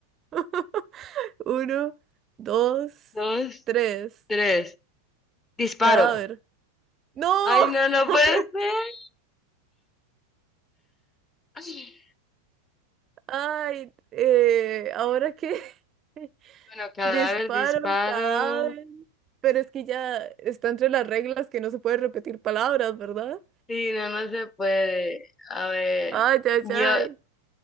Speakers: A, on the right (about 30°); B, on the left (about 20°).
A: <laughs> uno, dos,
B: Dos.
A: tres,
B: tres, disparo.
A: cadáver. ¡No!
B: Ay, no, no
A: <laughs>
B: puede ser. Ay,
A: Ay, eh, ahora que <laughs>
B: Bueno, cadáver,
A: disparo
B: disparo.
A: cadáver, pero es que ya está entre las reglas que no se puede repetir palabras, ¿verdad?
B: Sí, no, no se puede. A ver,
A: Ay, ay,
B: yo,
A: ay.